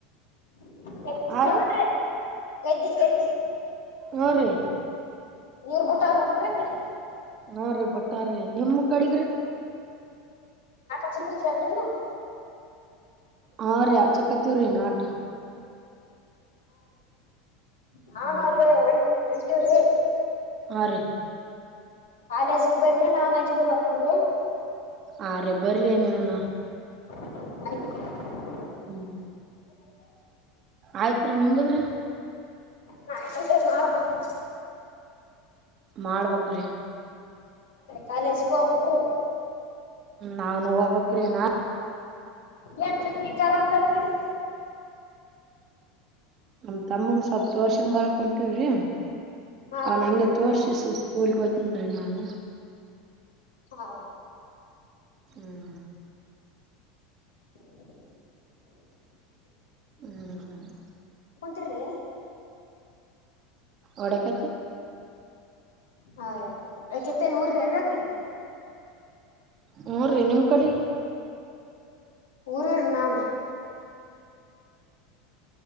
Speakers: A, on the left; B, on the right.
A: ಕೆ
B: ಆ
A: ಮಾಡ
B: ರೀ
A: ಮಾಡ್ರೆ <unintelligible>
B: ಮೂರು
A: ನೀರ್ ಬುಟ ಅಂದ್ರ
B: ಹ್ಮ್ ರಿ ಬಟ್ಟಾರೀ ನಿಮ ಕಡಗ್ರಿ
A: ಸ್ವಲ್ಪ ಕೂತ್ಂಡರು ನೀವು
B: ಹಾ ರೀ ಆ ಚಕತವ್ರೀ ನಾಟ ಹಾ
A: ಹ ನನ್ ಅವ್ರೇ ಒಂ <unintelligible> <inaudible>
B: ಆ ರಿ
A: ಅಜಕ್ ಬರ್ರಿ ನಾನ್ ಅಜಿಗೆ ಬರ್ಕೊಂಡ್ರಿ
B: ಆ ರಿ ರಿಬ್ಬರ್ರಿನ ನೀವನ
A: ಆಯ್ತ
B: ಹ್ಮ್ ಆಯ್ತ್ ರಿ ನಿಂಬುದ್ರಿ
A: ನಾ ಯಾಕ ಮಾಡ ಬೇಕು
B: ಮಾಡ್ಬೇಕ ರಿ
A: ಕಾಲೇಜ್ ಹೋಗ್ಬೇಕು
B: ನಾನು ಹೋಗ್ಬಕ್ರಿ ನಾ
A: ಏನ್ <unintelligible>
B: ನಮ ತಮ್ಮನ್ ಸ್ವಲ್ಪ್
A: ಹಾ
B: ತೋರ್ಸಂಬರಕ್ ಒಟೊರಿ
A: ಹಾ
B: ಅವ್ನಂ ತೋರ್ಸಿ ಈ ಸ್ಕೂಲ್ ಗೆ ಹೋಗತನ್ ನಾನು
A: ಹಾ
B: ಹ್ಮ್
A: <inaudible>
B: ಹ್ಮ್ ಹ್ಮ
A: ಕುಂತಿನ ರಿ
B: ಒಡೆತ
A: ಹಾ ರ ಕೆತ್ತನ್ ಊರ್ರ ಯಾಕ್ರಿ
B: ಹ್ಮ್ ರೀ ನಿಮ್ ಕಡೆ ಇ್ರರಿ
A: ಊರಿರ್ ನಾನ